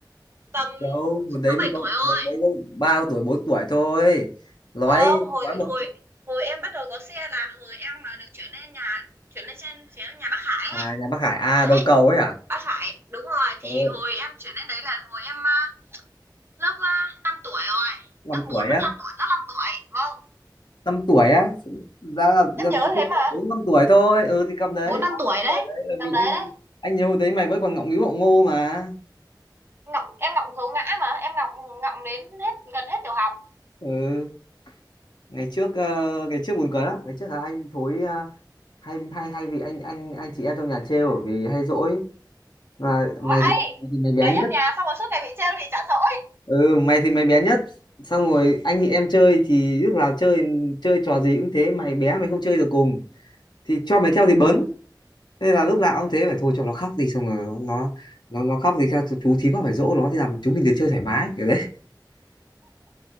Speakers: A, on the right; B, on the left.
A: tầm
B: đâu hồi đấy
A: sáu
B: mới
A: bảy
B: có
A: tuổi rồi
B: hồi đấy mới ba tuổi bốn tuổi thôi nói
A: không hồi
B: nói một
A: hồi hồi em bắt đầu có xe là hồi em mà được chuyển lên nhà chuyển lên trên phía nhà bác Khải ấy.
B: à nhà bác Hải à
A: đấy
B: đầu cầu ấy à
A: bác Khải đúng rồi
B: Ồ,
A: thì hồi em chuyển lên đấy là hồi em à, lớp uh, 5 tuổi rồi
B: năm
A: lớp
B: tuổi
A: 4 lớp
B: á
A: 5 tuổi lớp 5 tuổi vâng
B: năm tuổi á ra là
A: em
B: ra
A: nhớ
B: thì không
A: thế
B: được
A: mà
B: bốn năm tuổi thôi ừ thì cầm đấy
A: bốn năm
B: ba
A: tuổi
B: năm tuổi
A: đấy
B: đấy bởi
A: tầm
B: vì
A: đấy
B: anh
A: đấy
B: anh nhớ hồi đấy mày vẫn còn ngọng nghíu ngọng ngô mà
A: ngọng em ngọng gấu ngã mà em ngọng ngọng đến hết gần hết tiểu học
B: ừ ngày trước ờ, ngày trước buồn cười lắm ngày trước là anh thối ờ, hay hay hay vì anh anh anh chị em trong nhà trêu bởi vì hay dỗi mà
A: Vãi,
B: mày thì mày thì mày bé
A: bé nhất
B: nhất
A: nhà xong rồi suốt ngày bị trêu thì chả dỗi.
B: ừ mày thì mày bé nhất xong rồi anh thì em chơi thì lúc nào chơi chơi trò gì cũng thế mày bé mày không chơi được cùng thì cho mày theo thì bấn nên là lúc nào ông thế phải thôi cho nó khóc đi xong rồi nó nó nó, nó khóc thì sao chú thím nó phải dỗ nó thì làm chúng mình được chơi thoải mái kiểu đấy